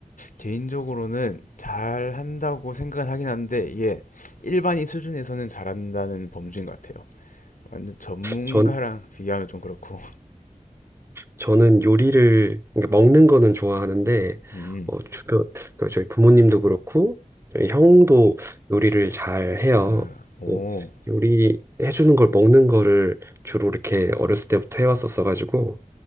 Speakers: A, on the left; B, on the right.
A: 개인적으로는 잘한다고 생각은 하긴 한데 이게 일반인 수준에서는 잘한다는 범주인 것 같아요. 완전 전문가랑
B: 전
A: 비교하면 좀 그렇고.
B: 저는 요리를 그러니까 먹는 거는 좋아하는데
A: <laughs> 음,
B: 어, 주변 그러니까 저희 부모님도 그렇고 저희 형도 요리를 잘 해요.
A: 아, 오,
B: 어, 요리 해주는 걸 먹는 거를 주로 이렇게 어렸을 때부터 해왔었어 가지고